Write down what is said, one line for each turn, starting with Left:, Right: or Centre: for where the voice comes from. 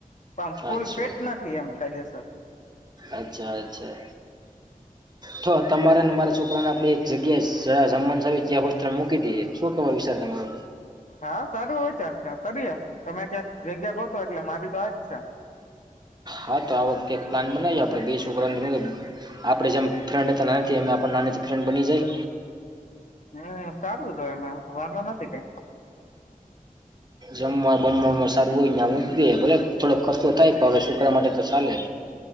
Left: પણ ફૂલ
Right: અચ્છા
Left: ફિટ નથી એમ કાયદે સર.
Right: અચ્છા અચ્છા તો તમારે ને મારા છોકરાને આપડી એક સા જગ્યાએ જમન ત્યાં હોસ્ટેલ મૂકી દઈ શું કેવા વિચાર તમારો.
Left: હા સારો વિચાર છે કરીએ તમે ક્યાંક જગ્યા ગોતો એટલે મારી તો હજ જ છે.
Right: હા તો આ વખતે એક પ્લાન બનાવીએ આપણે બે છોકરા <unintelligible> આપણેે જેમ ફ્રેન્ડ હતાની એ આપ નાનીથી ફ્રેન્ડ બની જાય.
Left: હમ્મ સારું તો એમાં વાંધો નથી કંઈક.
Right: જમવા બમવામ સારું હોય ને હુંલે થોડો ખર્ચો થાય પણ હવે છોકરા માટે તો ચાલે.